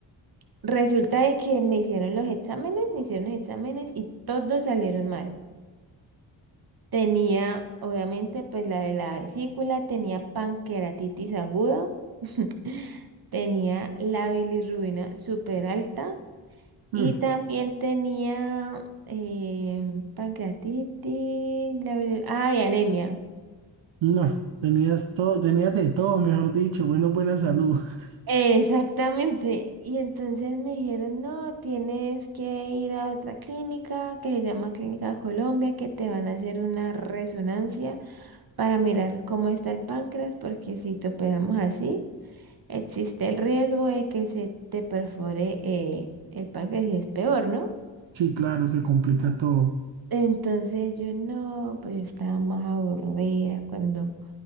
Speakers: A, on the right; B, on the right.
A: Resulta de que me hicieron los exámenes, me hicieron los exámenes y todos salieron mal. Tenía, obviamente, pues la de la vesícula, tenía pancreatitis aguda, <laughs> tenía la bilirrubina súper alta y
B: Mm.
A: también tenía em, pancreatitis, la bilir- ah, y anemia.
B: No, tenías todo, tenías de todo, mejor dicho, menos buena salud. <laughs>
A: Exactamente. Y entonces me dijeron, no, tienes que ir a otra clínica que se llama Clínica Colombia, que te van a hacer una resonancia para mirar cómo está el páncreas, porque si te operamos así. existe el riesgo de que se te perfore eh, el páncreas y es peor, ¿no?
B: Sí, claro, se complica todo.
A: Entonces yo no, pues yo estaba más aburrida cuando